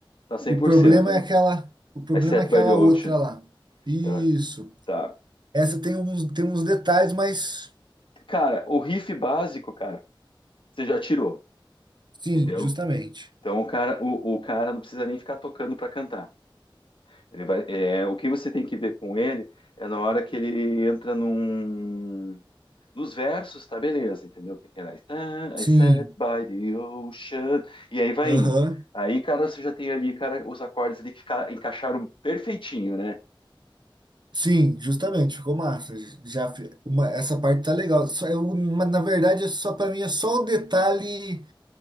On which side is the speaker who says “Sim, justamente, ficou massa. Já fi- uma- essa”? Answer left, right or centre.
Right